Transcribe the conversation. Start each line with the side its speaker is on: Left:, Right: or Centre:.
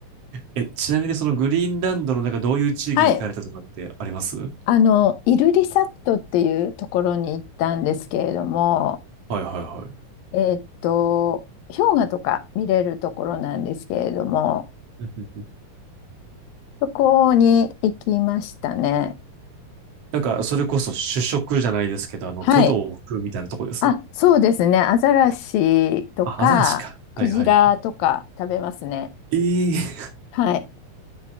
Right: え、ちなみにそのグリーンランドの中どういう地域に行かれたとかってありますは
Left: はい。あの、イルリサットっていうところに行ったんですけれども、
Right: いはいはい。
Left: えーっと、氷河とか見れるところなんですけれども、
Right: <laughs> うんうんうん
Left: そこに行きましたね。
Right: なんか、それこそ主食じゃないですけど、あの、
Left: はい。
Right: トドを食うみたいなとこです。
Left: あ、そうですね。アザラシとか、
Right: あ、アザラシか。
Left: クジラとか食べますね。
Right: はいはいはい。ええ
Left: はい。